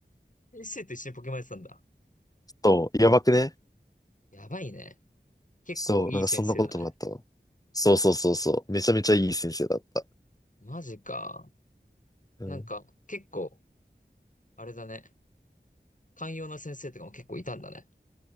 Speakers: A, on the left; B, on the left.
A: 先生と一緒にポケモンやってたんだ。
B: そう、やばくね
A: やばいね。結構いい先生だね。
B: そう、なんかそんなこともあったわ。そうそうそうそう。めちゃめちゃいい先生だった。
A: マジか。
B: うん、
A: なんか、結構、あれだね。寛容な先生とかも結構いたんだね。